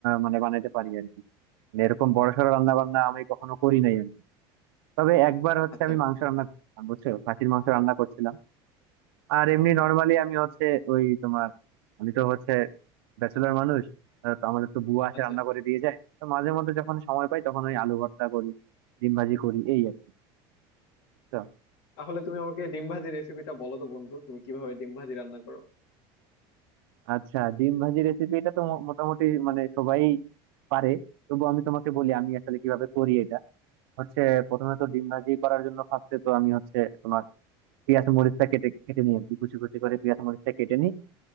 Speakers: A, on the right (about 80°); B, on the left (about 70°).
A: মানে বানাইতে পারি আর কি মানে এরকম বড়সড় রান্না বান্না আমি কখনো করি নাই আর কি তবে একবার হচ্ছে
B: আচ্ছা
A: আমি
B: বন্ধু
A: মাংস রান্না করছিলাম বুঝছো খাসির মাংস রান্না করছিলাম আর এমনি নর্মালি আমি হচ্ছে ওই তোমার আমি তো হচ্ছে ব্যাচেলর মানুষ আহ, তো আমাদের তো বুয়া আসে
B: আচ্ছা
A: রান্না করে দিয়ে যায় তো মাঝে মধ্যে যখন সময় পাই তখন ওই আলু ভর্তা করি ডিম ভাজি করি এই আর কি। বুঝছো?
B: তাহলে তুমি আমাকে ডিম ভাজির রেসিপিটা বলো তো বন্ধু তুমি কিভাবে ডিম ভাজি রান্না করো
A: আচ্ছা ডিম ভাজি রেসিপি এটা তো মো- মোটামুটি মানে সবাই পারে তবু আমি তোমাকে বলি আমি আসলে কিভাবে করি এটা হচ্ছে প্রথমে তো ডিম ভাজি করার জন্য ফার্স্টে তো আমি হচ্ছে তোমার পেঁয়াজ মরিচটা কেটে কেটে নিই আর কি, কুচি কুচি করে পেঁয়াজ মরিচটা কেটে নিই